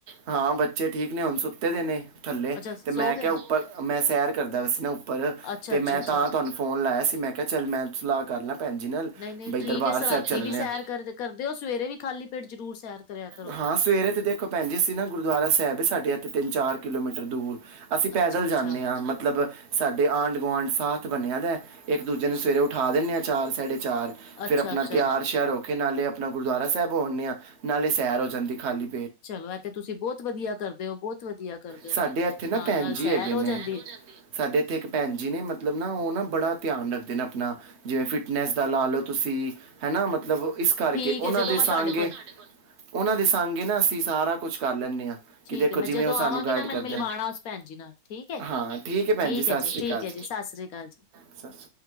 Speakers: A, on the right; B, on the left.
A: ਹਾਂ, ਬੱਚੇ ਠੀਕ ਨੇ। ਹੁਣ ਸੁੱਤੇ ਦੇ ਨੇ ਥੱਲੇ
B: ਅੱਛਾ ਸੋ
A: ਤੇ ਮੈਂ
B: ਗਏ
A: ਕ
B: ਨੇ?
A: ਉੱਪਰ, ਮੈਂ ਸੈਰ ਕਰਦਾ ਵ ਨਾ ਸੀ ਉੱਪਰ
B: ਅੱਛਾ
A: ਤੇ
B: ਅੱਛਾ
A: ਮੈਂ
B: ਅੱਛਾ
A: ਤਾਂ ਤੁਹਾਨੂੰ ਫੋਨ ਲਾਇਆ ਸੀ। ਮੈਂ ਕਿਆ ਚੱਲ ਮੈਂ ਸਲਾਹ ਕਰ ਲਾਂ। ਭੈਨ ਜੀ ਨਾਲ
B: ਨਹੀਂ ਨਹੀਂ
A: ਬਈ
B: ਠੀਕ
A: ਦਰਬਾਰ
B: ਹੈ ਰਾਤੀ
A: ਸਾਹਿਬ ਚੱਲਨੇ
B: ਵੀ ਸੈਰ
A: ਆ
B: ਕਰ ਕਰਦੇ ਹੋ ਸਵੇਰੇ ਵੀ ਖਾਲੀ ਪੇਟ ਜ਼ਰੂਰ ਸੈਰ ਕਰਿਆ ਕਰੋ
A: ਹਾਂ ਸਵੇਰੇ ਤੇ ਦੇਖੋ ਭੈਨ ਜੀ ਅਸੀਂ ਨਾ ਗੁਰਦੁਆਰਾ ਸਾਹਿਬ ਏ ਸਾਡੇ ਇੱਥੇ ਤਿੰਨ ਚਾਰ ਕਿਲੋਮੀਟਰ ਦੂਰ ਅਸੀਂ ਪੈਦਲ
B: ਅੱਛਾ ਅੱਛਾ
A: ਜਾਂਨੇ ਆ ਮਤਲਬ ਸਾਡੇ ਆਂਢ ਗੁਆਂਢ ਸਾਥ ਬਨਿਆ ਦਾ ਇੱਕ ਦੂਜੇ ਨਾਲ ਸਵੇਰੇ ਉਠਾ ਦਿੰਨੇ ਆ ਚਾਰ ਸਾਡੇ ਚਾਰ
B: ਅੱਛਾ
A: ਫਿਰ ਆਪਣਾ
B: ਅੱਛਾ
A: ਤਿਆਰ ਸ਼ਿਆਰ ਖੇ ਨਾਲੇ ਆਪਨਾ ਗੁਰਦੁਆਰਾ ਸਾਹਿਬ ਹੋ ਆਨੇ ਆ ਨਾਲੇ ਸੈਰ ਹੋ ਜਾਂਦੀ ਖਾਲੀ।
B: ਚਲੋ ਇਹ ਤੇ ਤੁਸੀਂ ਬਹੁਤ ਵਧੀਆ ਕਰਦੇ ਹੋ ਬਹੁਤ ਵਧੀਆ ਕਰਦੇ
A: ਸਾਡੇ
B: ਹੋ
A: ਇੱਥੇ ਨਾ
B: ਨਾਲ
A: ਭੈਨ
B: ਨਾਲ
A: ਜੀ
B: ਸੈਰ
A: ਹੈਗੇ
B: ਹੋ
A: ਨੇ
B: ਜਾਂਦੀ ਹੈ।
A: ਸਾਡੇ ਇੱਥੇ ਇੱਕ ਭੈਨ ਜੀ ਨੇ ਮਤਲਬ ਨਾ ਉਹ ਨਾ ਬੜਾ। ਧਿਆਨ ਰੱਖਦੇ ਨੇ ਅਪਨਾ ਜਿਵੇਂ ਫਿਟਨੈਸ ਦਾ ਲਾ ਲਓ ਤੁਸੀਂ ਹੈ ਨਾ ਮਤ ਮਤਲਬ ਇਸ ਕਰਕੇ
B: ਠੀਕ
A: ਉਹਨਾਂ
B: ਹੈ ਜਦੋਂ
A: ਦੇ
B: ਮੈਂ ਤੁਹਾਡੇ
A: ਸਾਂਗੇ
B: ਕੋਲ
A: ਉਹਨਾਂ ਦੇ ਸਾਂਗੇ ਨਾ ਅਸੀਂ ਸਾਰਾ ਕੁਛ ਕਰ ਲੈਂਨੇ ਆ। ਕਿ
B: ਠੀਕ
A: ਦੇਖੋ
B: ਏ ਮੈਂ
A: ਜਿਵੇਂ
B: ਜਦੋਂ
A: ਉਹ ਠੀਕ
B: ਆਵਾਂਗੀ
A: ਹੈ। ਸਾਨੂੰ ਗਾਈਡ
B: ਨਾ ਮੈਨੂੰ ਮਿਲਵਾਣਾ
A: ਕਰਦੇ ਨੇ
B: ਉਸ ਭੈਣ ਜੀ ਨਾਲ ਠੀਕ ਏ
A: ਹਾਂ ਹੈ ਹੈ ਭੈਣ
B: ਠੀਕ
A: ਸਤਿ
B: ਏ ਜੀ
A: ਸ਼੍ਰੀ
B: ਠੀਕ
A: ਹੈ ਅਕਾਲ
B: ਏ ਜੀ ਸਤਿ ਸ੍ਰੀ ਕਾਲ ਜੀ। <inaudible>
A: ਸਤਿ ਸ਼੍ਰੀ ਅਕਾਲ